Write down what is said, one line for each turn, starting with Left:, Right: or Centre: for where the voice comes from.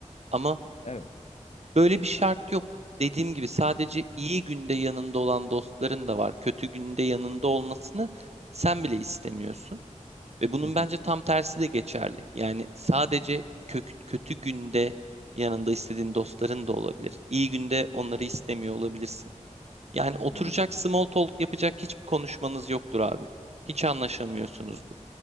Right: Ama
Left: Evet.
Right: böyle bir şart yok. Dediğim gibi sadece iyi günde yanında olan dostların da var. Kötü günde yanında olmasını sen bile istemiyorsun. Ve bunun
Left: Hı hı.
Right: bence tam tersi de geçerli. Yani sadece kök- kötü günde yanında istediğin dostların da olabilir. İyi günde onları istemiyor olabilirsin. Yani oturacak
Left: Hmm.
Right: small talk yapacak hiçbir konuşmanız yoktur abi. Hiç anlaşamıyorsunuzdur.